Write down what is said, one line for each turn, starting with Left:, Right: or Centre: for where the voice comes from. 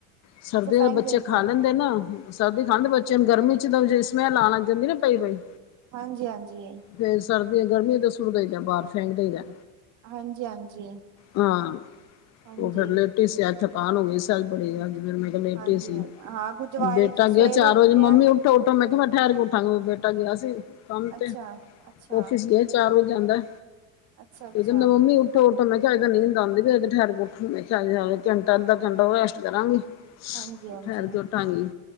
Left: ਸਰਦੀਆਂ
Right: ਅੱਛਾ ਫੈਂਕ
Left: ਦੇ ਬੱਚੇ
Right: ਦਿੰਦੇ
Left: ਖਾ
Right: ਹੋ
Left: ਲੈਂਦੇਂ ਨਾ। ਸਰਦੀ ਖਾਂਦੇ ਬੱਚਿਆਂ ਨੂੰ, ਗਰਮੀ ਚ ਤਾਂ ਜਿਵੇਂ ਸਮੈਲ ਆਣ ਲੱਗ ਜਾਂਦੀ ਨਾ ਪਈ ਪਈ।
Right: ਹਾਂਜੀ ਹਾਂਜੀ
Left: ਫੇਰ ਸਰਦੀ, ਗਰਮੀਆਂ ਚ ਸੁੱਟ ਦਈਦਾ ਬਾਹਰ ਫੈਂਕ ਦਈਦਾ।
Right: ਹਾਂਜੀ ਹਾਂਜੀ।
Left: ਹਾਂ,
Right: ਹਾਂਜੀ
Left: ਉਹ ਫਿਰ ਲੇਟੀ ਸੀ ਅੱਜ ਥਕਾਨ ਹੋ ਗਈ ਸੀ ਅੱਜ ਬੜੀ। ਫਿਰ ਮੈਂ ਕਿਹਾ ਲੇਟੀ
Right: ਹਾਂਜੀ
Left: ਸੀ,
Right: ਹਾਂ ਗੁਰਦੁਆਰੇ
Left: ਬੇਟਾ
Right: ਸਵੇਰੇ
Left: ਗਿਆ ਚਾਰ
Right: ਉੱਠਦੇ
Left: ਵਜੇ
Right: ਆ
Left: ਮੰਮੀ ਉ ਉੱਠੋ ਉੱਠੋ ਮੈਂ ਕਿਹਾ ਮੈਂ ਠਹਿਰ ਕੇ ਉੱਠਾਂਗੀ, ਬੇਟਾ ਗਿਆ ਸੀ ਕੰਮ
Right: ਅੱਛਾ
Left: ਤੇ
Right: ਅੱਛਾ
Left: ਔਫਿਸ ਗਿਆ ਸੀ। ਚਾਰ ਵਜੇ ਆਂਦਾ,
Right: ਅੱਛਾ ਅੱਛਾ
Left: ਫਿਰ ਕਹਿੰਦਾ ਮੰਮੀ ਉੱਠੋ ਉੱਠੋ, ਮੈਂ ਕਿਹਾ ਹਜੇ ਤਾ ਨੀਂਦ ਆਂਦੀ ਪਈ ਅਜੇ ਠਹਿਰ ਉੱਠ <inaudible> ਘੰਟਾ ਅੱਧਾ ਘੰਟਾ ਹੋਰ ਰੈਸਟ ਕਰਾਂਗੀ।
Right: ਹਾਂਜੀ ਹਾਂਜੀ।
Left: ਠਹਿਰ ਕੇ ਉਠਾਂਗੀ